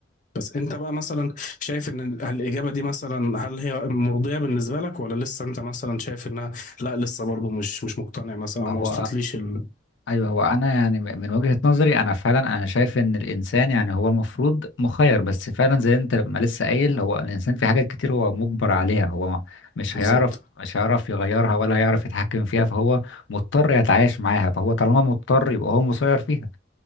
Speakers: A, on the left; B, on the left.
A: بس انت بقى مثلا شايف ان ال- الاجابه دي مثلا هل هي مرضيه بالنسبه لك ولا لسه انت مثلا شايف انها لا لسه برضو مش مش مقتنع مثلا او
B: هو
A: ما وصلتليش ال-
B: ايوه هو انا يعني م- من وجهة نظري انا فعلا انا شايف ان الانسان يعني هو المفروض مخير بس فعلا زي انت لما لسه قايل هو الانسان في حاجات كتير هو مجبر عليها هو مش
A: بالظبط
B: هيعرف مش هيعرف يغيرها ولا هيعرف يتحكم فيها فهو مضطر يتعايش معاها فهو طالما مضطر يبقى هو مسير فيها